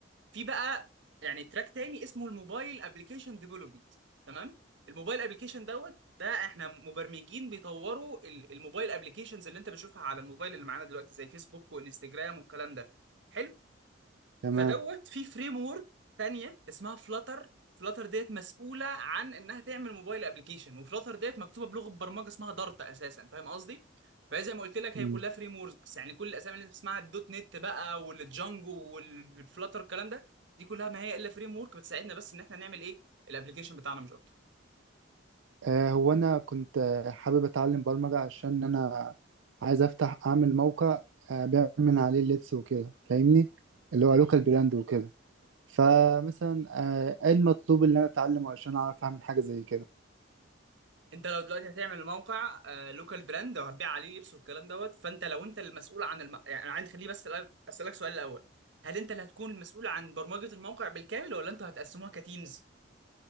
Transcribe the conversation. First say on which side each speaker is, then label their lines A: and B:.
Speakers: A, on the right (about 65°); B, on the right (about 85°).
A: في بقى يعني تراك تاني اسمه الموبايل ابلكيشن ديفلوبمنت تمام الموبايل ابلكيشن دوت ده احنا مبرمجين بيطوروا ال- الموبايل ابلكيشنز اللي انت بتشوفها على الموبايل اللي معانا دلوقتي زي فيسبوك وانستجرام والكلام ده حلو
B: تمام
A: فدوت في فريم ورك تانية اسمها فلاتر فلاتر ديت مسؤولة عن انها تعمل موبايل ابلكيشن وفلاتر ديت مكتوبة بلغة برمجة اسمها دارت اساسا فاهم قصدي؟ فهي زي ما قلت لك
B: مم.
A: هي كلها فريم وركس يعني كل الاسامي اللي انت بتسمعها الدوت نت بقى والجانجو والفلاتر الكلام ده دي كلها ما هي الا فريم ورك بتساعدنا بس ان احنا نعمل ايه الابلكيشن بتاعنا مش اكتر
B: آه هو انا كنت آه، حابب اتعلم برمجة عشان انا عايز افتح اعمل موقع آه بيعمل من عليه اللبس وكده فاهمني اللي هو لوكال براند وكده فمثلا آه ايه المطلوب اللي انا اتعلمه عشان اعرف اعمل حاجة زي كده
A: انت لو دلوقتي هتعمل موقع لوكال براند او هتبيع عليه لبس والكلام دوت فانت لو انت المسؤول عن الم... يعني انا عندي خليه بس الأ- اسالك سؤال الاول هل انت اللي هتكون المسؤول عن برمجه الموقع بالكامل ولا انتوا هتقسموها كتيمز